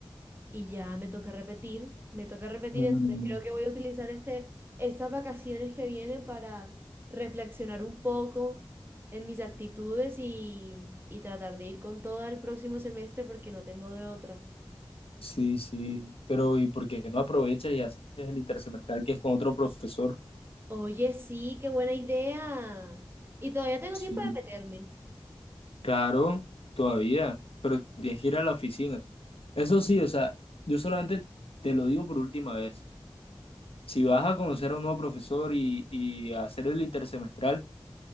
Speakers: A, on the right; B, on the left.
A: y ya me toca repetir, me toca repetir,
B: Mm,
A: entonces creo que voy a utilizar este, estas vacaciones que vienen para reflexionar un poco en mis actitudes y, y tratar de ir con todo el próximo semestre porque no tengo de otra.
B: sí, sí, pero ¿y por qué no aprovechas y haces el intersemestral que es con otro profesor?
A: Oye, sí, qué buena idea. Y todavía tengo
B: Sí,
A: tiempo de meterme.
B: claro, todavía, pero tienes que ir a la oficina. Eso sí, o sea, yo solamente te lo digo por última vez. Si vas a conocer a un nuevo profesor y, y a hacer el intersemestral,